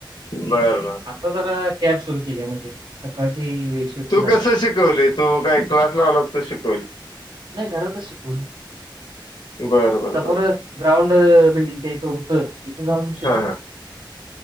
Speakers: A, on the left; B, on the right.
A: बर बर
B: आता जरा कॅब सुरू केली आहे म्हणजे सकाळची शिफ्ट
A: तू
B: झाल्यापासून.
A: कसं शिकवली तू काय क्लास लावला तू शिकवली
B: नाही घरातच शिकवली मी
A: बरं बरं
B: समोर
A: बरं
B: ग्राऊड अ बिल्डींगच्या इथ होत तीथ जाऊन शिकलो
A: हा हा